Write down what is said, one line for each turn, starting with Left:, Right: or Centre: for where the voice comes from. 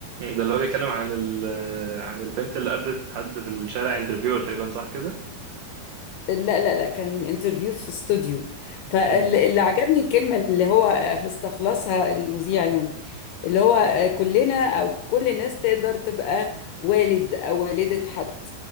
Right: ده اللي هو بيتكلم عن ال عن البنت اللي قابلت حد في الشارع انترفيور تقريبا صح كده؟
Left: لا لا لا كان انترفيو في استوديو فاللي
Right: امم
Left: عجبني الكلمة اللي هو استخلصها المذيع يعني اللي هو كلنا أو كل الناس تقدر تبقى والد أو والدة حد